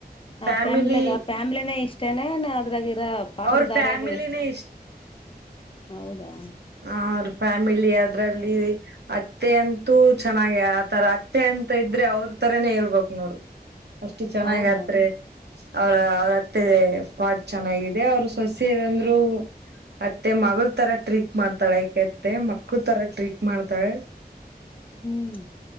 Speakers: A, on the left (about 35°); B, on the right (about 85°).
A: ಆ
B: ಫ್ಯಾಮಿಲಿ
A: ಫ್ಯಾಮ್ಲಾಗ ಆ ಫ್ಯಾಮ್ಲಿನೇ ಇಷ್ಟನೆೇ ಅದ್ರಾಗ ಅ ಪಾತ್ರಧಾರೆಗಳು
B: ಅವ್ರ ಫ್ಯಾಮಿಲಿನೇ
A: ಎಷ್ಟು ಹೌದಾ
B: ಹ್ರ ಫ್ಯಾಮಿಲಿ ಅದ್ರಲ್ಲಿ ಅತ್ತೆ ಅಂತೂ ಚೆನ್ನಾಗ ಆತರ ಅತ್ತೆ ಅ ತ ಇದ್ರೆ ಅವ್ರ ತರನೆೇ ಹೇಳ್ಬು ನೋಡು ಅಷ್ಟು ಚೆನ್ನಾಗತ್
A: ಹೌದಾ
B: ಅವ್ರ ಅವ್ರತ್ತೆ ಪಾಟ್ ಚೆನ್ನಾಗಿದೆ ಅವ್ರ ಸೊಸೆರಂದ್ರು ಅತ್ತೆ ಮಲ್ ತರ ಟ್ರೀಕ್ ಮಾಡ್ತಾಳೆ ಐಕತ್ತೆ ಮಕ್ಳ ತರ ಟ್ರೀಕ್ ಮಾಡ್ತಾಳೆ
A: ಹ್ಮ್